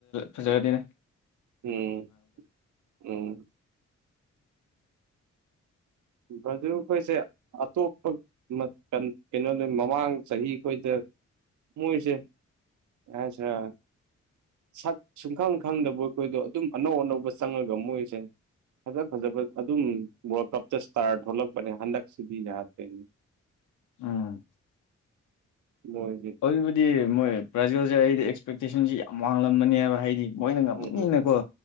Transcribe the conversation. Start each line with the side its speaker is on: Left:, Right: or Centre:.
Left: ꯐꯖꯒꯗꯤꯅꯦ
Right: ꯎꯝ ꯎꯝ ꯃꯗꯨ ꯑꯩꯈꯣꯏꯁꯦ ꯑꯇꯣꯞꯄ ꯀꯩꯅꯣꯅꯤ ꯃꯃꯥꯡ ꯆꯍꯤ ꯈꯣꯏꯗ ꯃꯣꯏꯁꯦ ꯑꯆꯥ ꯁꯛ ꯁꯨꯡꯈꯪ ꯈꯪꯗꯕ ꯑꯩꯈꯣꯏꯗꯣ ꯑꯗꯨꯝ ꯑꯅꯧ ꯑꯅꯧꯕ ꯆꯪꯉꯒ ꯃꯣꯏꯁꯦ ꯐꯖ ꯐꯖꯕ ꯑꯗꯨꯝ ꯋꯥꯔꯜ ꯀꯞꯇ ꯏꯁꯇꯥꯔ ꯊꯣꯛꯂꯛꯄꯅꯦ ꯍꯟꯗꯛꯁꯤꯗꯤ ꯌꯥꯗꯣꯏꯅꯤ
Left: ꯎꯝ
Right: ꯃꯣꯏꯁꯤ
Left: ꯑꯗꯨꯕꯨꯗꯤ ꯃꯣꯏ ꯄ꯭ꯔꯥꯏꯖꯦꯜꯁꯦ ꯑꯩꯗꯤ ꯑꯦꯛꯁꯄꯦꯛꯇꯦꯁꯟꯁꯤ ꯌꯥꯝ ꯋꯥꯡꯡꯂꯕꯅꯦꯕ ꯍꯥꯏꯗꯤ ꯃꯣꯏꯅ ꯉꯝꯃꯅꯤꯅꯀꯣ
Right: ꯎꯝ